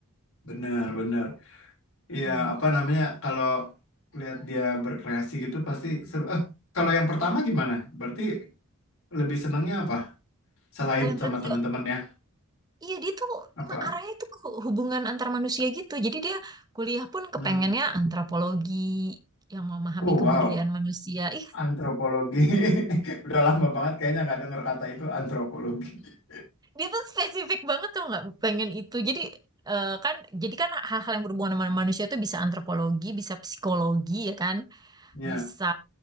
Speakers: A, on the left; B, on the right.
A: Benar, benar. Iya,
B: Hmm.
A: apa namanya kalau lihat dia berkreasi gitu pasti seru. ah kalau yang pertama gimana? Berarti lebih senangnya apa? Selain
B: Kalau yang
A: sama
B: berapa
A: teman-teman ya.
B: Iya dia tuh
A: Apa?
B: emang arahnya tuh ke hubungan antar manusia gitu. Jadi dia kuliah pun kepengennya
A: Hmm.
B: antropologi yang memahami
A: Oh,
B: kebudayaan
A: wow.
B: manusia. Ih
A: Antropologi. <laughs> Udah lama banget kayaknya nggak dengar kata itu antropologi. <laughs>
B: dia tuh spesifik banget tuh nggak pengen itu jadi eh, kan jadi kan hal-hal yang berhubungan dengan manusia tuh bisa antropologi bisa psikologi ya kan
A: Ya,
B: bisa